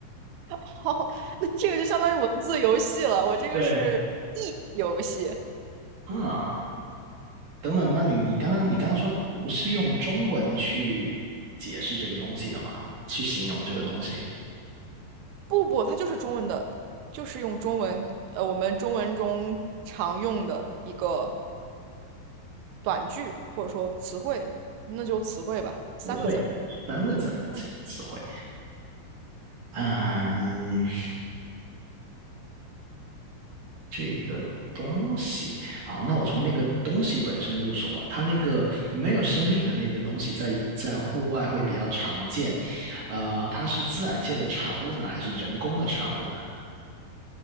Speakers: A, on the right (about 90°); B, on the right (about 60°).
A: <laughs> 哦，那这个就相当于文字游戏了，我这个是译游戏。
B: 对，啊，等等，那你你刚刚你刚刚说不是用中文去解释这个东西的吗？去形容这个东西，
A: 不不，它就是中文的，就是用中文，呃，我们中文中常用的一个短句或者说词汇，那就词汇吧，三个字儿。
B: 词汇三个字儿的这个词汇。
A: 嗯。
B: 嗯，这个东西，好，那我从那个东西本身入手吧。它那个没有生命的那个东西在，在户外会比较常见。呃，它是自然界的产物呢，还是人工的产物呢？